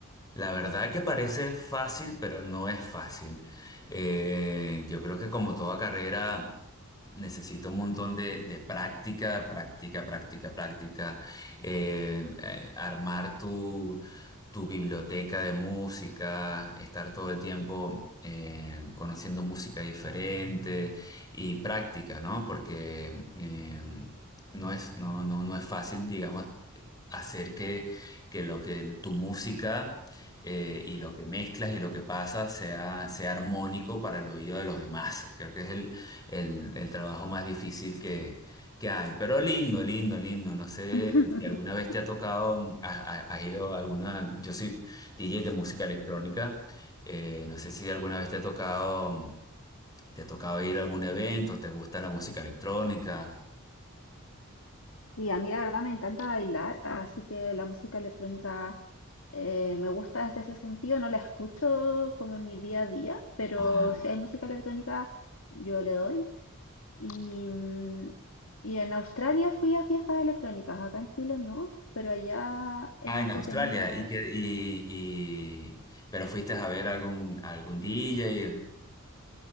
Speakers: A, on the left (about 15°); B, on the left (about 65°).
A: La verdad que parece fácil, pero no es fácil. Eh, yo creo que como toda carrera necesito un montón de, de práctica, práctica, práctica, práctica. Eh, eh, armar tu, tu biblioteca de música, estar todo el tiempo eh, conociendo música diferente y práctica, ¿no? Porque eh, no es, no, no, no es fácil, digamos, hacer que que lo que tu música eh, y lo que mezclas y lo que pasa sea, sea armónico para el oído de los demás. Creo que es el, el- el trabajo más difícil que, que hay, pero lindo, lindo, lindo. No sé
B: <laughs>
A: si alguna vez te ha tocado, mm, ha- ha- has, ido a alguna, yo soy DJ de música electrónica, eh, no sé si alguna vez te ha tocado, mm, te ha tocado ir a algún evento, te gusta la música electrónica.
B: Sí, a mí la verdad me encanta bailar, así que la música electrónica eh, me gusta desde ese sentido. No la escucho como en mi día a día, pero
A: Ajá.
B: si hay música electrónica, yo le doy. Y, mm, y en Australia fui a fiestas electrónicas, acá en Chile no, pero allá era
A: Ah, en
B: entretenido.
A: Australia, y que, y, y, pero fuiste a ver algún, algún DJ.